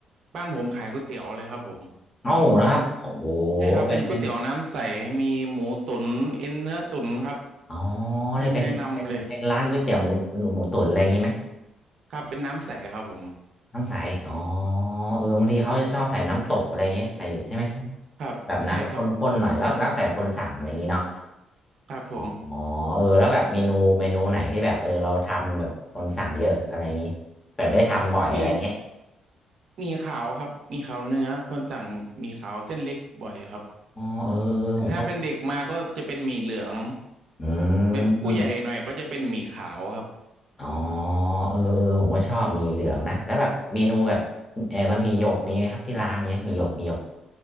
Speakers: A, on the right (about 60°); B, on the left (about 25°).
A: บ้านผมขายก๋วยเตี๋ยวเลยครับผม
B: เอ้านะครับโอ้โห
A: ใช่ครับเป็นก๋วยเตี๋ยวน้ำใสมีหมูตุ๋นเอ็นเนื้อตุ๋นครับ
B: เป็นเป็นอ๋อ
A: นี่แนะนำเลย
B: ได้เป็น เป็นเป็นร้านก๋วยเตี๋ยวหมูหมูตุ๋นอะไรอย่างนี้ไหม
A: ครับเป็นน้ำใสครับผม
B: น้ำใสอ๋อเออบางทีเขาจะชอบใส่น้ำตกอะไรอย่างเงี้ยใส่ใช่ไหมใช่ไหม
A: ครับใช่ครับ
B: แบบน้ำแบบข้นๆหน่อยแล้วแล้วแต่คนสั่งอะไรอย่างนี้เนาะ
A: ครับผม
B: อ๋อเออแล้วแบบเมนูเมนูไหนที่แบบเออเราทำแบบคนสั่งเยอะอะไรอย่างงี้แบบได้ทำบ่อยอะไรเงี้ย
A: มีมีขาวครับมีขาวเนื้อคนสั่งมีขาวเส้นเล็กบ่อยครับ
B: อ๋อเออเออผมก็
A: ถ้าเป็นเด็กมาก็จะเป็นหมี่เหลือง
B: อื
A: แบบผู้ใหญ่หน่อยก็จะเป็นหมี่ขาวครับ
B: มอ๋อเออเออผมก็ชอบหมีเหลืองนะแล้วแบบเมนูแบบเออมันหมีหยกมีไหมครับที่ร้านเนี้ยหมีหยกหมีหยก